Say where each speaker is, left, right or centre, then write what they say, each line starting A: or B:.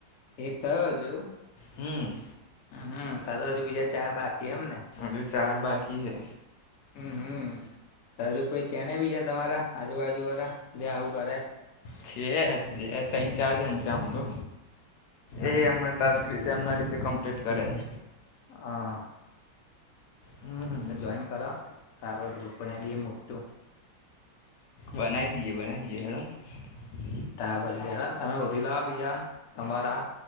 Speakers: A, on the left; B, on the left.
A: એક થયો જોયું
B: હમ
A: હમ હમ તો તો હજુ બીજા ચાર બાકી એમને
B: હજુ ચાર બાકી હે
A: હમ હમ હજુ કોઈ છે નહીં બીજા તમારા આજુબાજુ વારા જે આવું કરે
B: છે જે તન ચાર જન છે આમ તો
A: હા
B: એ
A: હા
B: એમના ટાસ્ક રીતે એમના રીતે કમ્પ્લીટ કરે છે.
A: અ
B: હમ
A: તો જોઈન કરો તાર ગ્રુપને બી મોટું
B: બનાઈ દીએ બનાઈ દીએ હેડોને
A: તારે પછી હેડો તમે હોધી લાવો બીજા તમારા